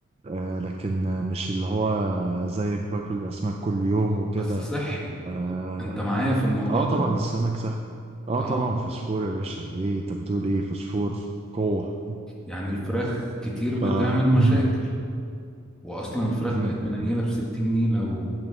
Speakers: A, on the right; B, in the centre.
A: آه لكن آه، مش اللي هو زيك باكل الأسماك كل يوم وكده
B: بس صحي
A: آه,
B: انت معايا في الموضوع
A: آه طبعا
B: ده
A: السمك صح آه
B: اه
A: طبعا فوسفور يا باشا إيه أنت بتقول إيه فوسفور قوة
B: يعني الفراخ كتير بتعمل
A: ف <laughs>
B: مشاكل واصلا الفراخ
A: مم،
B: بقت منيله
A: مم.
B: بستين نيله و...